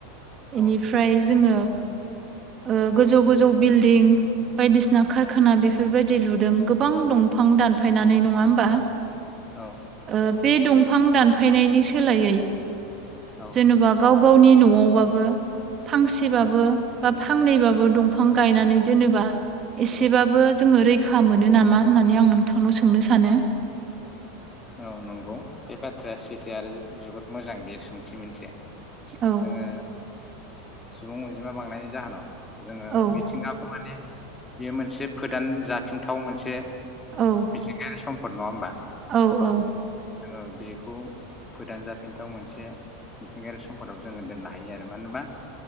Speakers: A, on the right; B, on the left.
A: बेनिफ्राय
B: औ
A: जोङो ओ गोजौ गोजौ बिल्डिं बायदिसिना कारखाना बेफोरबायदि लुदों गोबां दंफां दानफायनानै नङा होमबा
B: औ
A: ओ बे दं फां दानफायनायनि सोलायै
B: औ
A: जेनेबा गाव गावनि न'आव वाबो फांसेबाबो
B: औ
A: बा फांनैबाबो दंफ फां गायनानै दोनोबा एस सेबाबो जोङो रैखा मो मोनो नामा होननानै आं नोंथांनाव सोंनो सानो
B: औ नंगौ बे बाथ्राया सैथो आरो जो जोबोद मोजां बेयो सोंथि मोनसे
A: औ
B: जोङो सुबुं अ जिमा बांनायनि जाहोनाव जोङो
A: औ
B: मिथिंगाखौ माने बेयो मोनसे फोदान जाफिनथाव मोनसे
A: औ
B: मिथिंगानि सम फोर नङा होनबा
A: औ औ
B: जोङो बेखौ फोदान जाफिनथाव मोनसे मिथिंगायारि सम्पदाव जोङो दोननो हायो आरो मानो होनबा